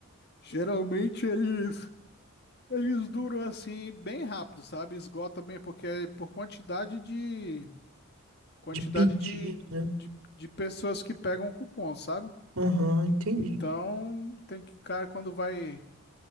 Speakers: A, on the left; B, on the right.
A: Geralmente eles, eles duram assim bem rápido, sabe? Esgota bem, porque é por quantidade de quantidade
B: De pedido,
A: de,
B: né?
A: de, de pessoas que pegam o cupom, sabe?
B: Aham, entendi.
A: Então tem que, cara, quando vai,